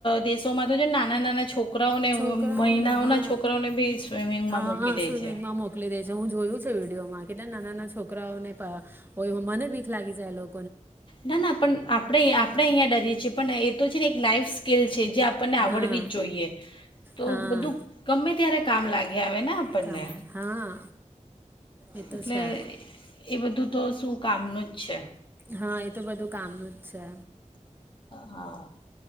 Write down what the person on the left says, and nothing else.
દેશો તો અમાર તો જો ન નાના છોક કરાઓને
મહિનાઓના
છોકરાઓને બી સ્વિમિંગમાં
મૂકી
દેય
છે.
ના ના પણ આપણે-આપણે અહીંયા ડરીએ છીએ પણ એ તો છે ને લાઈફ સ્કીલ છે જે આપણને આવડવી
જ જોઈએ તો
બધું ગમે ત્યારે કામ લાગે. ગી આવેને આપણને
એટલે
એ બધું તો શું કામનું જ છે.
હા